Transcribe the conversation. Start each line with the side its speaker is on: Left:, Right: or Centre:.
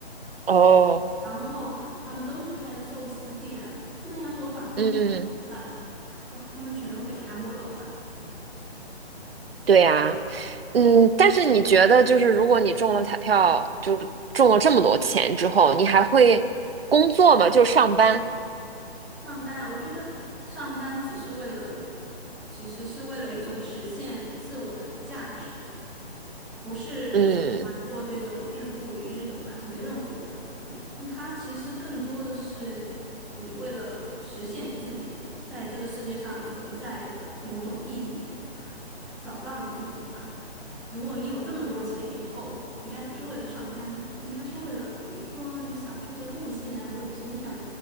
Right: 哦，
Centre: 然后他们都是开的寿司店，那要是我把他们全买下来，
Right: 嗯，
Centre: 哇，他们全都得喊我老板。
Right: 对呀，嗯，但是你觉得就是如果你中了彩票，就中了这么多钱之后，你还会工作吗？就上班，
Centre: 上班啊，我觉得上班只是为了，其实是为了一种实现自我的价值，不是喜欢做这种日复一日的完成任务。
Right: 嗯。
Centre: 我，它其实更多的是你为了实现你自己在这个世界上存在的某种意义，找到你自己吧。如果你有这么多钱以后，应该不是为了上班，应该是为了，比如说你想做些贡献啊或者是你想，